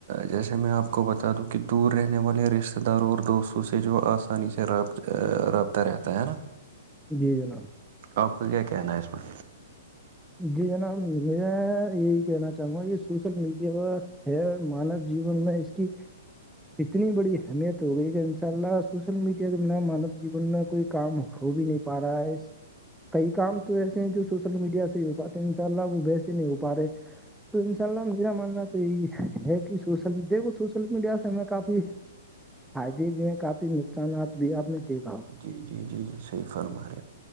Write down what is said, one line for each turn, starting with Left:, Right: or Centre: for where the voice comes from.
Right: جیسے میں آپ کو بتا دوں کہ دور رہنے والے رشتے داروں اور دوستوں سے جو آسانی سے رابطہ رابطہ رہتا ہے نا
Centre: جی جناب
Right: آپ کو کیا کہنا ہے اس میں
Centre: جی جناب میں یہی کہنا چاہوں گا یہ سوشل میڈیا ہے مانو جیون میں ٹھیک ہے اتنی بڑی اہمیت ہو گئی کہ ان شاء اللہ سذوشل میڈیا نہ مانو جیون میں کوئی کام ہو بھی نہیں پا رہا ہے کئی کام تو ایسے ہیں جو سوشل میڈیا سے ہو پاتے ان شاء اللہ وہ بس ہی نہیں ہو پا رہے تو انشاء اللہ میرا ماننا تو یہ ہے کہ سوشل دیکھو سوشل میڈیا سے ہم کافی فائدے بھی ہیں کافی نقصانات بھی آپ نے دیکھ
Right: جی جی جی جی صحیح فرما رہے